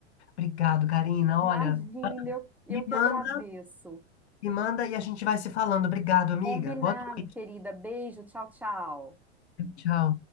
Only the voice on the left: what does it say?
Obrigado, Karina.
Olha,
me manda,
me manda e a gente vai se falando. Obrigado, amiga.
Boa noite.
Tchau.